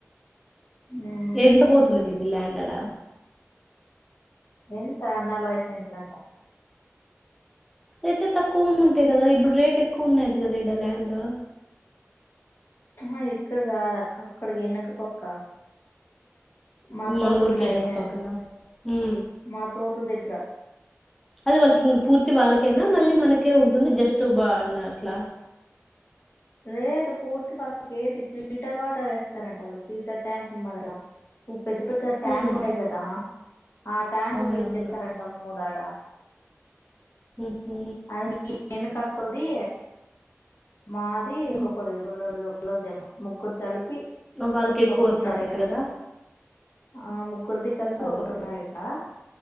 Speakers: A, on the left; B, in the centre.
A: హ్ము
B: ఎం తపోతుంది మీది ల్యాండ్ ఆడా
A: ఎంత నాలభై సెంట్లం ట
B: అయితే తక్కువ అమ్ ఉంటాయి కదా ఇబ్బుడు రేట్ ఎక్కువ ఉన్నాయంట గదా ల్యాండు
A: అమ్మ ఇక్కడ గాదు అక్క అక్క డెనక పక్క మా తోట్లున్నాయే
B: మన ఊరికే ఎనుక పక్కన ఉమ్
A: మా తోట్ల దగ్గర
B: అది వాళ్ళకి ఇంక పూర్తి వాళ్ళకేనా మళ్ళీ మనకే ఉంటుంది జస్టు బా అన్న అట్లా
A: లేదు పూర్తి వాళ్ళకి ఏది ఫిల్టర్ వాటర్ వేస్తారంట వాళ్ళు ఫిల్టర్ ట్యాంక్ మొదల ఉప్ పెద్ద పెద్ ఆట్యాంక్
B: హ్మ్
A: ఉంటాయి కదా ఆ ట్యాంకులు
B: అవునవును
A: ఫిడ్జ్ జేస్తారంట మూడా ఆడా
B: ఉహూ
A: అందుకి ఎనుకాకుది మా ద్
B: హ్మ్
A: <inaudible> ముగ్గురు తలిపి
B: వాళ్ళకి ఎక్కువ
A: ఒకటున్నా
B: వస్తదంట
A: రెకరా
B: కదా
A: ఆముగ్గురిది కలిపి
B: అదే
A: ఒక టిన్నా
B: అదే
A: రెకరా